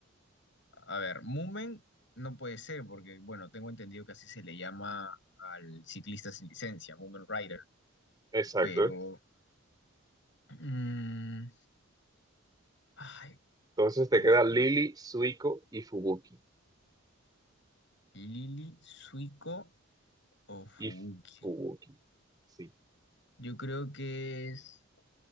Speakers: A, on the left; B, on the right.
A: a ver, Moomin no puede ser, porque, bueno, tengo entendido que así se le llama al ciclista sin licencia, Moomin Rider.
B: Exacto.
A: Pero. mm, ay,
B: Entonces te
A: pucha,
B: queda Lily,
A: no.
B: Suiko y Fubuki.
A: Lili, Suiko o Fubuki.
B: Y Fubuki. Sí.
A: Yo creo que es